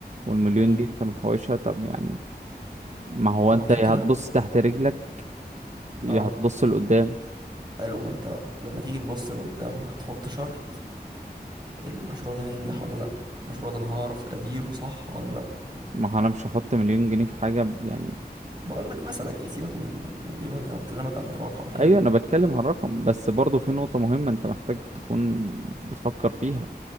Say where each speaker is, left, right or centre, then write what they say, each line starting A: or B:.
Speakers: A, on the right; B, on the right.
A: والمليون
B: امم
A: دي انت محوشها طب يعني ما هو
B: ما
A: انت
B: هو الفكرة
A: يا هتبص تحت رجلك يا
B: اه
A: هتبص لقدام
B: حلو ما انت لما تيجي تبص لقدام هتحط شرط المشروع ده هينجح ولا لا المشروع ده انا هعرف اديره صح ولا لا
A: ما هو انا مش هحط مليون جنيه في حاجة يعني
B: بقول لك مثلا يعني سيبك من مليون انا بكلمك عن الرقم يعني
A: ايوه انا بتكلم عن رقم بس برضه في نقطة مهمة انت محتاج تكون بتفكر فيها